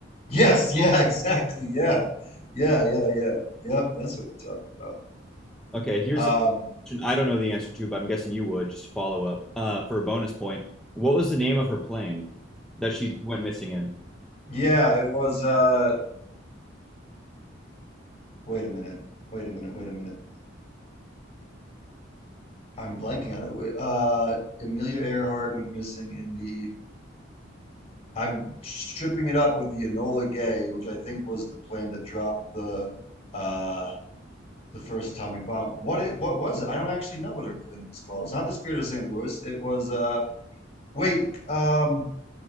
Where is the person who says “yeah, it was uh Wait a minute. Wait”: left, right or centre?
Left